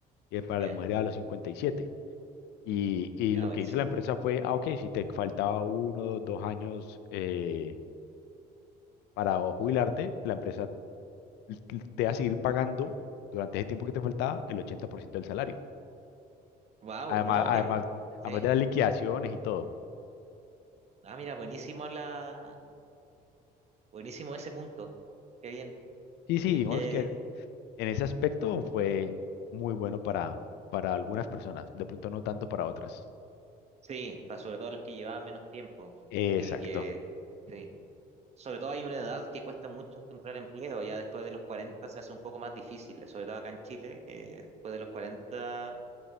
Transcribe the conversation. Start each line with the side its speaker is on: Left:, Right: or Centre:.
Left: y para
Right: Ya,
Left: las mujeres a los cincuenta Y, siete y y
Right: ya,
Left: lo
Right: buenísimo.
Left: que hizo la empresa fue, ah, ok, si te faltaba uno dos años eh, para jubilarte, la empresa l- te va a seguir pagando durante ese tiempo que te faltaba el 80% del salario.
Right: ¡Wow!
Left: Además,
Right: ¿No?
Left: además,
Right: Que, sí.
Left: además de las liquidaciones y todo.
Right: Ah, mira, buenísimo la, buenísimo ese punto. Qué bien,
Left: Sí, sí,
Right: qué bien
Left: digamos
Right: que,
Left: que en ese aspecto fue muy bueno para, para algunas personas, de pronto no tanto para otras.
Right: sí, para sobre todo los que llevaban menos tiempo
Left: Exacto.
Right: y que, sí, sobre todo hay una edad que cuesta mucho encontrar empleo, ya después de los 40 se hace un poco más difícil, sobre todo acá en Chile, que después de los 40